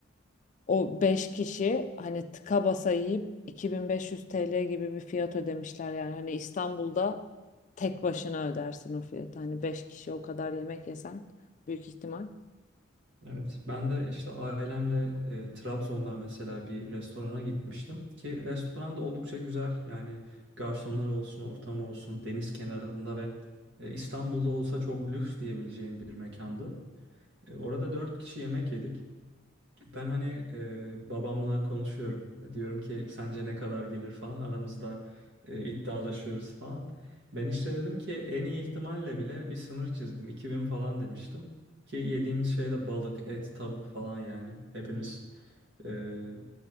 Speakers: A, on the left; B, on the right.
A: o 5 kişi hani tıka basa yiyip 2500 TL gibi bir fiyat ödemişler. Yani hani İstanbul'da tek başına ödersin o fiyatı. Hani 5 kişi o kadar yemek yesen büyük ihtimal.
B: Evet. Ben de işte ailemle e, Trabzon'da mesela bir restorana gitmiştim ki restoran da oldukça güzel. Yani garsonlar olsun, ortam olsun, deniz kenarında ve e, İstanbul'da olsa çok lüks diyebileceğim bir mekandı. E, orada dört kişi yemek yedik. Ben hani e, babamla konuşuyorum. Diyorum ki sence ne kadar gelir falan. Aramızda e, iddialaşıyoruz falan. Ben işte dedim ki en iyi ihtimalle bile bir sınır çizdim. 2000 falan demiştim. Ki yediğimiz şey de balık, et, tavuk falan yani. Hepimiz e,